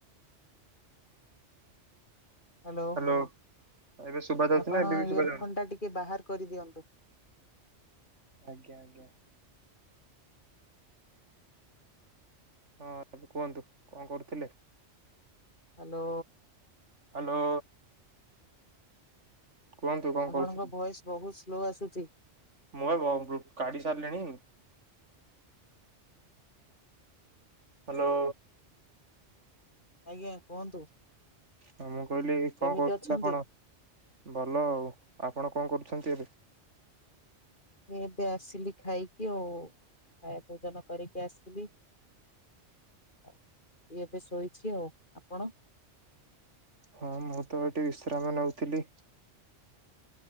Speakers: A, on the left; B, on the right.
A: ହ୍ୟାଲୋ,
B: ହାଲୋ ଏବେ ଶୁଭା ଯାଉଛି
A: ଆପଣ
B: ନା ଏବେ ବି ଶୁଭା
A: ଇୟରଫୋନ୍
B: ଯାଉନି?
A: ଟା ଟିକେ ବାହାର କରିଦିଅନ୍ତୁ।
B: ଆଜ୍ଞା ଆଜ୍ଞା। ହଁ ଏବେ କୁହନ୍ତୁ, କଣ କରୁଥିଲେ?
A: ହ୍ୟାଲୋ।
B: ହ୍ୟାଲୋ। କୁହନ୍ତୁ କଣ
A: ଆପଣଙ୍କ
B: କରୁଥିଲେ?
A: ଭଏସ ବହୁତ୍ ସ୍ଲୋ ଆସୁଛି।
B: ମୁଁ ବା ବ-ବ୍ଲୁ କାଢ଼ି ସାରିଲେଣି। ହ୍ୟାଲୋ।
A: ଆଜ୍ଞା କୁହନ୍ତୁ।
B: ହଁ ମୁଁ କହିଲି କଣ
A: କେମିତି
B: କରୁଥିଲ
A: ଅଛନ୍ତି?
B: କପଣ? ଭଲ ଆଉ, ଆପଣ କଣ କରୁଛନ୍ତି ଏବେ?
A: ଏବେ ଆସିଲି ଖାଇକି ଆଉ ଖାୟା ଭୋଜନ କରିକି ଆସିଲି। ଏଇ ଏବେ ଶୋଇଛି ଆଉ। ଆପଣ?
B: ହଁ ମୁଁ ତ ଏଠି ବିଶ୍ରାମ ନେଉଥିଲି।